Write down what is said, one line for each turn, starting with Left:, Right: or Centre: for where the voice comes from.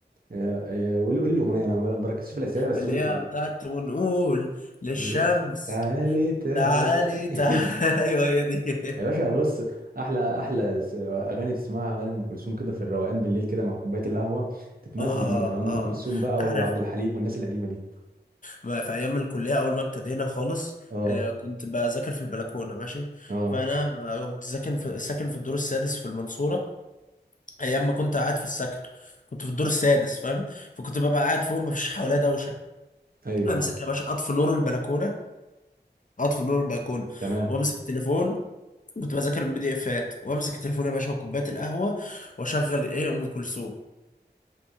Right: أه أه قول قول الاغنيه انا ما بركزش في الاسامي بس
Left: اللي
Right: قول الاغنيه
Left: هي بتاعت ونقول للشمس
Right: <laughs> تعالي تعالي
Left: تعالي تعالي
Right: <laughs>
Left: <laughs> ايوه هي دي
Right: يا باشا بص احلى احلى س- اغاني تسمعها اغاني ام كلثوم كده في الروقان بالليل كده مع كوبايه القهوه تتمزج
Left: اه
Right: منها ام
Left: اه
Right: كلثوم بقى
Left: تعرف
Right: وعبد الحليم والناس القديمه دي
Left: ما في ايام الكليه اول ما ابتدينا خالص
Right: اه
Left: آه، كنت بذاكر في البلكونه ماشي
Right: اه
Left: فانا آه، كنت ساكن في ساكن في الدور السادس في المنصوره ايام ما كنت قاعد في السكن كنت في الدور السادس فاهم فكنت ببقى قاعد فوق مفيش حواليا دوشه
Right: ايوه
Left: امسك يا باشا اطفي نور البلكونه اطفي نور البلكونه
Right: تمام
Left: وامسك التليفون كنت بذاكر من بي دي افات وامسك التليفون يا باشا وكوبايه القهوه واشغل ايه ام كلثوم